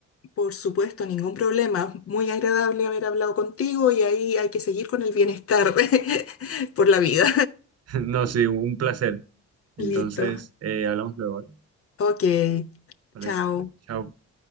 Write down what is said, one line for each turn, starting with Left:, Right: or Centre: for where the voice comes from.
Left: Por supuesto, ningún problema. Muy agradable haber hablado contigo y ahí hay que seguir con el bienestar <laughs> por la vida.
Right: <laughs> No, sí, un placer. Entonces,
Left: <laughs> Listo.
Right: eh, hablamos luego, ¿vale?
Left: Ok.
Right: Vale,
Left: Chao.
Right: vale, chao.